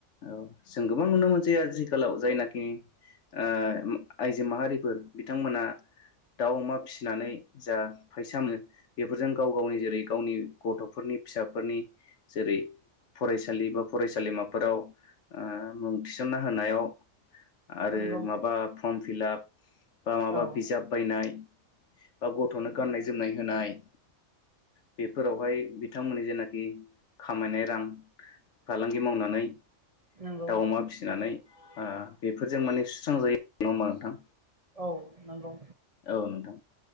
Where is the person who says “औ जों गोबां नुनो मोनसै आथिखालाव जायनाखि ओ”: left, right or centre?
Left